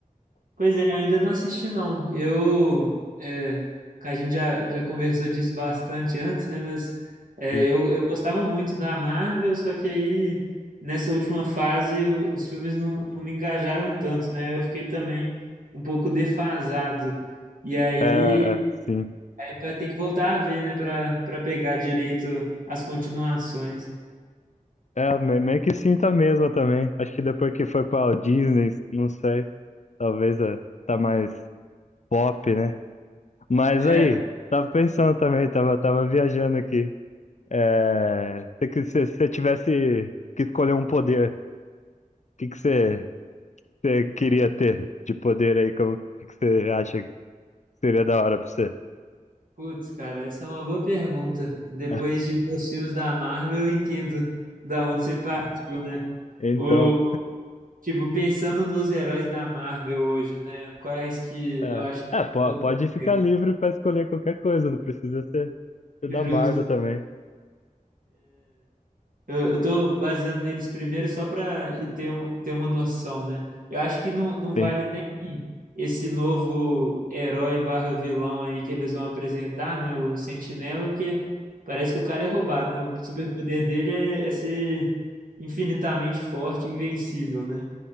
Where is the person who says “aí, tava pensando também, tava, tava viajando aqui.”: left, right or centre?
Left